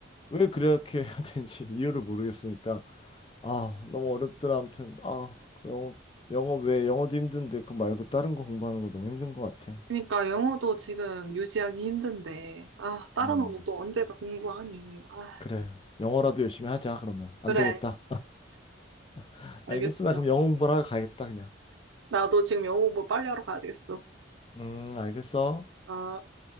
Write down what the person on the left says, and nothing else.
왜, 왜 그렇게 해야 되는지 <laughs> 이유를 모르겠으니까. 아, 너무 어렵더라. 아무튼, 아, 그 영어, 영어 왜, 영어도 힘든데, 그거 말고 다른 거 공부하는 거 너무 힘든 것 같아.
음,
그래. 영어라도 열심히 하자, 그러면. 안
되겠다. <laughs>
알겠어. 나 그럼 영어 공부하러 가겠다, 그냥.
음, 알겠어.